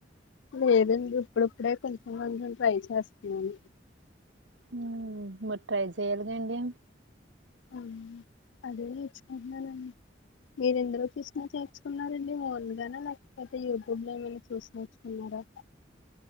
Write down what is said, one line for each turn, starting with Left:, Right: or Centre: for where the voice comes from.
Left: లేదండి ఇప్పుడిప్పుడే కొంచెం కొంచెం ట్రై చేస్తున్నాను
Right: హుమ్ మరి ట్రై చేయాలిగా అండి
Left: ఆ అదే నేర్చుకుంటున్నానండి మీరెందులో <unintelligible> ఎలా నేర్చుకున్నారండి ఓన్గానా లేకపోతే యూట్యూబ్ లో ఏమైనా చూసి నేర్చుకున్నారా